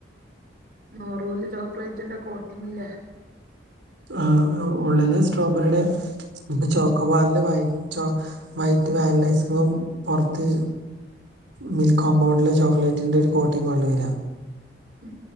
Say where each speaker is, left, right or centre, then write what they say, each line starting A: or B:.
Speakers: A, on the right; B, on the right.
A: നെറൂൽ ചോക്ലേറ്റിന്റെ കോട്ടിങ്ലെ
B: ആഹ് ആഹ് ഉള്ളില് സ്ട്രോബെറിയുടെ ഈ ചോക്കോബാറില് വൈറ്റ് വൈറ്റ് വാനില ഐസ്ക്രീമും പുറത്ത് മിൽകോമ്പൗണ്ടിൽ ചോക്ലേറ്റിന്റെ ഒരു കോട്ടിങ്ങ് പോലെ വരാ
A: ഉം